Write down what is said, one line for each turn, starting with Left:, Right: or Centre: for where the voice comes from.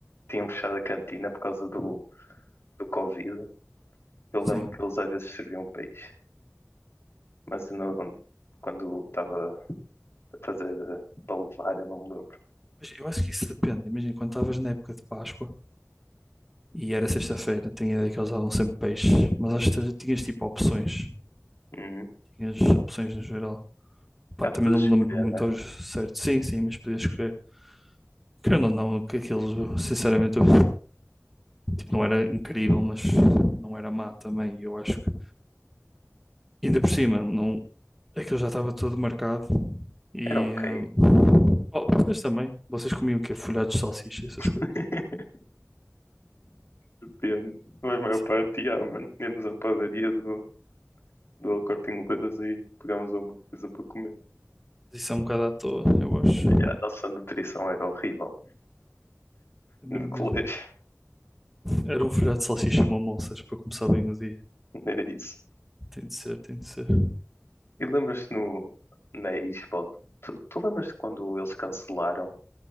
Left: tinham fechado a cantina por causa do, do Covid. Eu lembro
Centre: Sim.
Left: que eles às vezes serviam peixe. Mas não, quando estava a fazer eh, para levar, eu não me lembro.
Centre: Mas eu acho que isso depende. Imagina, quando estavas na época de Páscoa e era sexta-feira, tinha ideia que eles davam sempre peixe, mas acho que tinhas tipo opções.
Left: Uhum.
Centre: Tinhas opções no geral. Pá,
Left: Ah,
Centre: também
Left: tu podes
Centre: não me
Left: escolher,
Centre: lembro muito
Left: né?
Centre: ao certo. Sim, sim, mas podias escolher. Querendo ou não, que aquilo, sinceramente, eu- tipo, não era incrível, mas não era má também. E Eu acho que, ainda por cima, não, Aquilo já estava todo marcado e.
Left: Era ok.
Centre: hum, Oh, vocês também. Vocês comiam o quê? Folhados de salsicha, e essas
Left: <laughs>
Centre: coisas.
Left: Depende. Mas a maior
Centre: Isso
Left: parte, ah, mano. Íamos à padaria do, do Corte Inglês e pegámos alguma coisa para comer.
Centre: isso é um bocado à toa, eu acho.
Left: E a nossa nutrição era horrível
Centre: Era
Left: no, no
Centre: mesmo.
Left: colégio.
Centre: Era um folhado de salsicha e uma moças para começar bem o dia.
Left: Era isso.
Centre: Tem de ser, tem de ser.
Left: E lembras-te no, na Expo? Tu, tu lembras-te quando eles cancelaram